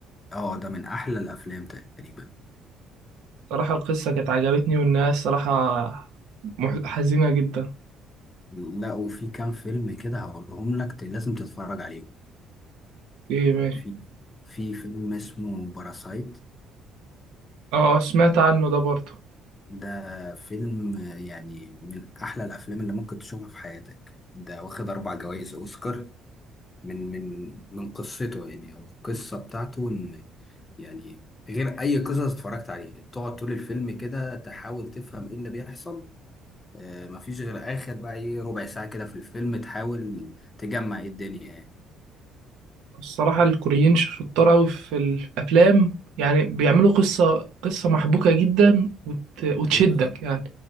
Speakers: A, on the left (about 30°); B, on the right (about 75°).
A: اه ده من أحلى الأفلام تقريبا
B: صراحة القصة كانت عجبتني والناس صراحة مح- حزينة جدا
A: لا وفي كام فيلم كده هقولهم لك ت- لازم تتفرج عليه
B: ايه ماشي
A: في في فيلم اسمه باراسايت
B: اه سمعت عنه ده برضه
A: ده فيلم آه، يعني من أحلى الأفلام اللي ممكن تشوفها في حياتك ده واخد أربع جوائز أوسكار من من من قصته يعني هو القصة بتاعته إن يعني غير أي قصص اتفرجت عليها تقعد طول الفيلم كده تحاول تفهم إيه اللي بيحصل آه مفيش غير آخر بقى إيه ربع ساعة كده في الفيلم تحاول تجمع إيه الدنيا يعني
B: الصراحة الكوريين شطار أوي في الأفلام يعني بيعملوا قصة قصة محبوكة جدا وت... وتشدك
A: أيوه بالظبط
B: يعني